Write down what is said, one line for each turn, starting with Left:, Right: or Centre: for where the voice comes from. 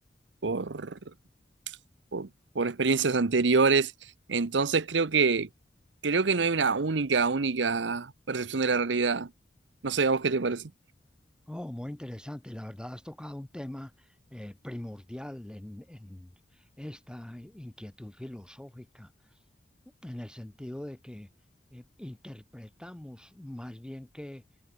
Right: por, por, por experiencias anteriores. Entonces creo que, creo que no hay una única, única percepción de la realidad. No sé, ¿a vos qué te parece?
Centre: Oh, muy interesante. La verdad has tocado un tema eh, primordial en, en esta inquietud filosófica. en el sentido de que eh, interpretamos más bien que